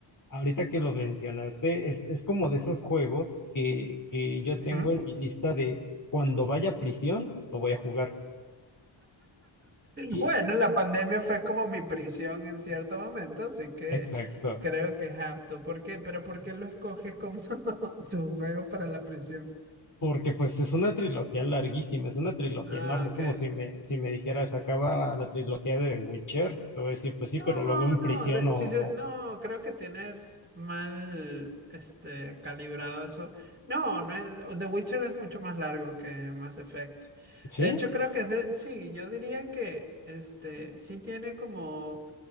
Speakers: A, on the left; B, on the right.
A: ahorita que lo mencionaste, es, es como de esos juegos que, que yo
B: Ujú.
A: tengo en
B: <laughs>
A: mi lista de cuando vaya a prisión, lo voy a jugar. Y,
B: Bueno, la pandemia fue como mi prisión en cierto momento, así que
A: exacto.
B: creo que es apto. ¿Por qué? ¿Pero por qué lo escoges como <laughs> tu juego para la prisión?
A: Porque pues es una trilogía larguísima, es una trilogía
B: Ah,
A: enorme, es
B: ok.
A: como si me, si me dijeras, acaba la trilogía de Witcher, te voy a decir, pues
B: No,
A: sí, pero luego en
B: no,
A: prisión
B: de-
A: o...
B: sí,
A: o-
B: sí, no, creo que tienes mal, este, calibrado eso. No, no es, The Witcher es mucho más largo que Mass Effect.
A: ¿Sí?
B: De hecho, creo que es de, sí, yo diría que, este, sí tiene como